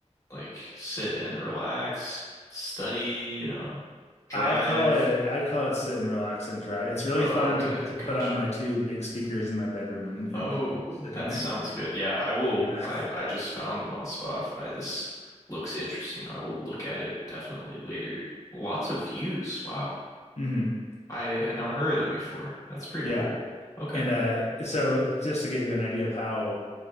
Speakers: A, on the left; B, on the left.
A: like sit and relax, study, you know, drive?
B: I'd call it I'd call it sit and relax and drive. It's really
A: Oh,
B: fun
A: okay.
B: to to put
A: Gotcha.
B: on my two big speakers in my bedroom and,
A: Oh,
B: and play it just sitting
A: that
B: there.
A: sounds good. Yeah, I will.
B: Yeah.
A: I I just found them on Spotify. This looks interesting. I will look at it definitely later. Lots of views. Wow.
B: hmm
A: I had not heard of them before. That's pretty
B: Yeah.
A: cool. Okay.
B: And uh so just to give you an idea of how